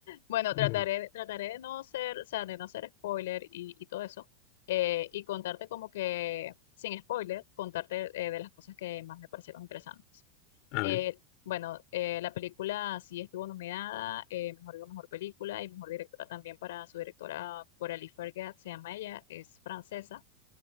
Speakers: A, on the left (about 75°); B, on the left (about 40°).
A: Bueno,
B: Mm,
A: trataré, trataré de no ser, o sea, de no ser spoiler y, y todo eso, eh, y contarte como que, sin spoiler, contarte eh, de las cosas que más me parecieron interesantes.
B: A
A: Eh,
B: ver,
A: bueno, eh, la película sí estuvo nominada, eh, mejor digo, mejor película y mejor directora también para su directora Coralie Fergat, se llama ella, es francesa.